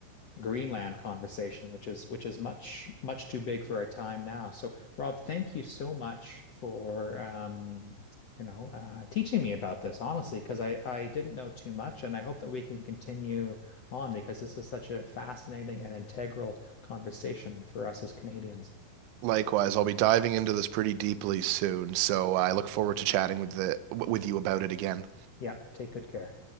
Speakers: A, on the left; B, on the right.
A: Greenland conversation, which is which is much much too big for our time now. So, Rob, thank you so much for um, you know uh, teaching me about this, honestly, because I I didn't know too much, and I hope that we can continue on because this is such a fascinating and integral conversation for us as Canadians.
B: likewise, I'll be diving into this pretty deeply soon. So I look forward to chatting with the with you about it again.
A: Yeah, take good care.